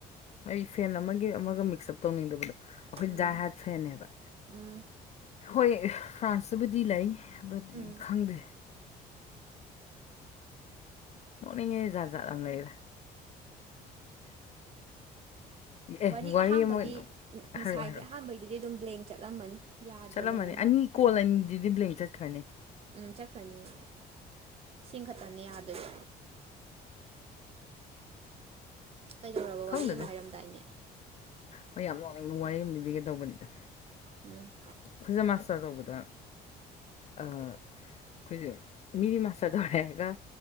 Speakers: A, on the left (about 40°); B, on the right (about 35°).
A: ꯑꯩ ꯐꯦꯟ ꯑꯃꯒꯤ ꯑꯃꯒ ꯃꯤꯛꯁꯑꯞ ꯇꯧꯅꯤꯡꯗꯕꯗꯣ ꯑꯩꯈꯣꯏ
B: ꯎꯝ
A: ꯗꯥꯥꯏ ꯍꯥꯏꯠ ꯐꯦꯟꯅꯦꯕ
B: ꯎꯝ
A: ꯍꯣꯏ ꯐ꯭ꯔꯥꯟꯁꯇꯕꯨꯗꯤ ꯂꯩ ꯍꯥꯏꯕꯗꯤ
B: ꯎꯝ
A: ꯈꯪꯗꯦ ꯃꯣꯔꯅꯤꯡꯉꯩ ꯖꯥꯠ ꯖꯠ ꯌꯥꯝ ꯂꯩꯔ ꯑꯦ
B: ꯋꯥꯔꯤ ꯑꯍꯥꯟꯕꯒꯤ
A: ꯑꯃ ꯍꯥꯏꯔꯛꯑꯣ
B: ꯉꯁꯥꯏꯒꯤ
A: ꯍꯥꯏꯔꯛꯑꯣ
B: ꯑꯍꯥꯟꯕ ꯑꯗꯨꯗꯤ ꯑꯗꯨꯝ ꯕ꯭ꯂꯦꯟ ꯆꯠꯂꯝꯃꯅꯤ ꯌꯥꯗ꯭ꯔꯕꯅꯤꯅ
A: ꯆꯠꯂꯝꯃꯅꯤ ꯑꯅꯤ ꯀꯣꯜ
B: ꯎꯝ
A: ꯑꯅꯤꯗꯨꯗꯤ ꯕ꯭ꯂꯦꯡ ꯆꯠꯈ꯭ꯔꯅꯤ
B: ꯎꯝ ꯆꯠꯈ꯭ꯔꯅꯤꯌꯦ ꯁꯤꯡ ꯈꯛꯇꯅꯦ ꯌꯥꯗꯣꯏ ꯀꯩꯗꯧꯔꯕ ꯋꯥꯔꯤ
A: ꯈꯪꯗꯦꯗ
B: ꯑꯃ ꯍꯥꯏꯔꯝꯗꯥꯏꯅꯦ
A: ꯍꯣꯏ ꯌꯥꯝ ꯅꯨꯡꯅꯤꯡꯕ ꯋꯥꯔꯤ ꯑꯃ ꯂꯤꯕꯤꯒꯦ ꯇꯧꯕꯅꯤꯗ
B: ꯎꯝ
A: ꯑꯩꯈꯣꯏꯖ ꯃꯥꯁꯇꯔ ꯇꯧꯕꯗ ꯑ ꯑꯩ ꯃꯤꯅꯤ ꯃꯥꯁꯥꯗꯧꯔꯦ ꯍꯥꯏꯦꯒ